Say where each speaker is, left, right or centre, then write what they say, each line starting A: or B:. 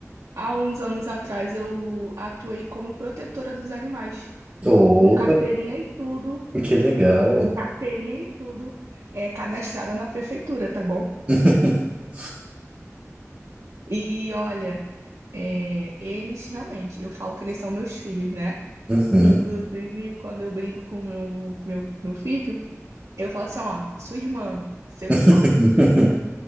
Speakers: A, on the right; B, on the right.
A: Há uns anos atrás, eu atuei como protetora dos animais,
B: oh
A: com carteirinha e tudo.
B: que legal.
A: com carteirinha e tudo, é, cadastrada na prefeitura, tá bom?
B: <laughs>
A: E olha, é, eles realmente, eu falo que eles são meus filhos, né?
B: Uhum.
A: Inclusive, quando eu brinco com meu, meu, meu filho, eu falo assim, ó, sua irmã, seu
B: <laughs>
A: irmão,